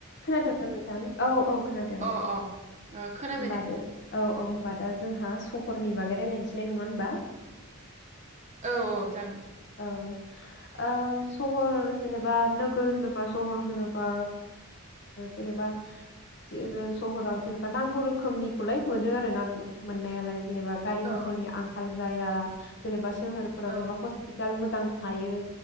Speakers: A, on the left; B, on the right.
A: खोनादोंना नोंथां औ औ खोनादों
B: अ
A: होमबा
B: अ ओ खोनाबाय दे
A: दो औ औ होमबा दा जोंहा सहरनि बागै रायलायनोसैलाय नङा होनबा
B: औ औ जागोन
A: औ ओ सहर जेनेबा नोगोर होनोबा सहर होनोबा जेनेबा सह सहराव जेनेबा नांगौ रोखोमनिखौलाय मोनो आरो ना मोननायालाय जेनेबा गारि
B: औ
A: मथरनि आंखाल जाया जेनेबा सोहरफोराव
B: औ
A: जेनेबा खस्थ मोजां थायो